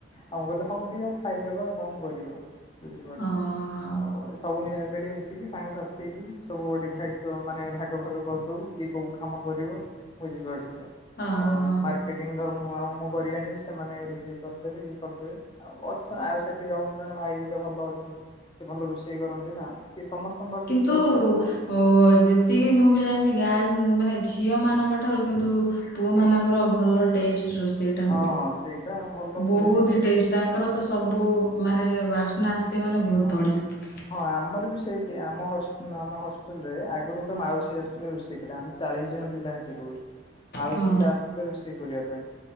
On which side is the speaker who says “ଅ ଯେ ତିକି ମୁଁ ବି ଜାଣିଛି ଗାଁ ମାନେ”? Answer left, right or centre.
Left